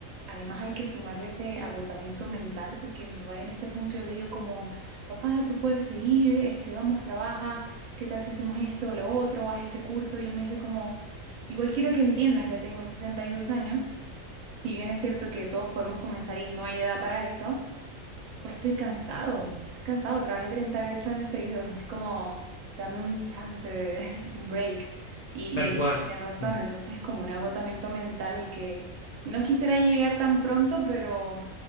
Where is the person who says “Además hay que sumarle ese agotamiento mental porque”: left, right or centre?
Right